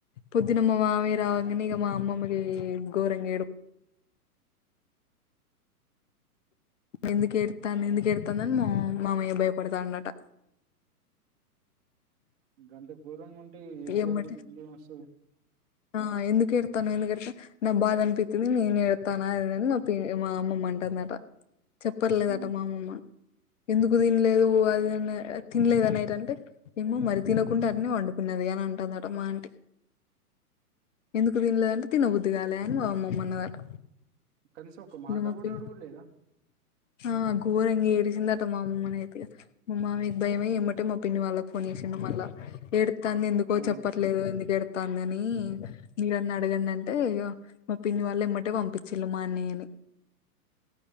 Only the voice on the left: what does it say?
పొద్దున మా మామయ్య రావంగనే ఇగ మా అమ్మమ్మకి ఘోరంగా ఏడు ఎందుకు ఏడుత్తాంది ఎందుకు ఏడుత్తాంది అని మా మామయ్య భయపడుతాండు అట
ఎమ్మటే
ఆ ఎందుకు ఏడుత్తన్నావ్ ఎందుకు ఏడుత నా బాధ అనిపిత్తుంది నేను ఏడుత్తానా అని మా పి మా అమ్మమ్మ అంటుందట చెప్పర్లేదట
మా అమ్మమ్మ ఎందుకు తినలేదు అది ఇద్ తినలేదు అనేటంటే ఏమో మరి తినకుండా అట్ న్ పండుకున్నది అని అంటుందట మా ఆంటి ఎందుకు తినలేదంటే తిన బద్దిగాలే అని మా అమ్మమ్మ అన్నదట
ఇగ మ
పి
ఆ గోరంగ ఏడిసిందాట మా అమ్మమ్మ నయితె ఇగ మా మామయ్యాకు భయమై ఏమ్మటే మా పిన్ని వాళ్ళకు ఫోన్ చేసిండు మళ్ళ ఏడుతాంది ఎందుకో
చెప్ప ట్లేదు ఎందుకు ఎడతాంది అని మీరన్న అడగండి అంటే ఇగ మా పిన్ని వాళ్ళు ఏ మ్మటే పంపిచ్చిళ్ళు మా అన్నయ్యని